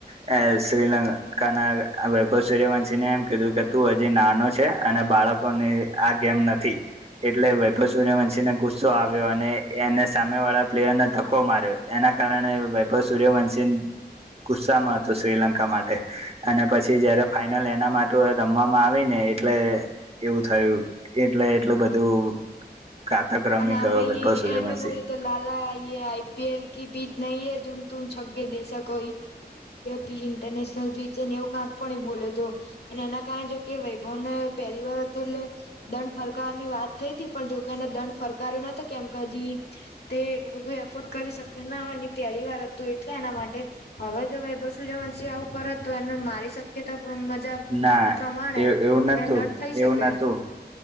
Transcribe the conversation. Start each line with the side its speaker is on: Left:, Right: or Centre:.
Right: એ શ્રીલ કા સૂર્યવંશીને એમ કીધું કે તું જે નાનો છે અને બાળકોને આ ગેમ નથી એટલે વૈભવ સૂર્યવંશીને ગુસ્સો આવ્યો અને એને સામે વાળા પ્લેયરને ધક્કો માર્યો એના કારણે વૈભવ સૂર્યવંશી ગુસ્સામાં હતું શ્રીલંકા માટે અને પછી જયારે ફાઈનલ એના માટે રમવામાં આવી ને એટલે એવું થયું એટલું બધું ઘાતક રમી
Left: અને નામે
Right: ગયો વૈભવ સૂર્યવંશી
Left: એ બોલો તો લાલા આઈપીએલ કે પી નહી એ જેમ તું છગે દેેશા ક પી ઇન્ટરનેશનલ પીચ છે ને એવું કાંક પણ એ બોલે તો અને એના કારણે જોકે વૈભવને પહેલી વાર હતું એટલે દંડ ફર ની વાત થઈ પણ જોકે એને દંડ ફરકાર્યો ન કેમ કે હજી તે એટલું બધું એફોર્ડ કરી શ ના ની પેલી વાર હતું એટલે એના માટે હવે જો વૈભવ સુયૅવંશી આવું કરે તો એ મારી શક્યતા મજા
Right: ના
Left: પ્રમાણે
Right: એ એવું
Left: એને
Right: નતું
Left: દંડ થઈ શકે
Right: એવું નતું